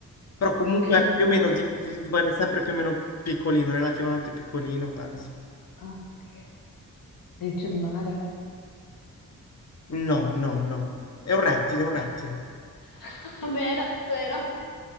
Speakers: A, on the left; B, on the left.
A: Però comunque
B: Ok.
A: più o meno di- di- rimane sempre più o meno piccolino, relativamente piccolino, penso.
B: Ok. Riccio di mare?
A: No, no, no. È un rettile, è un rettile.
B: <laughs> Vero, vero.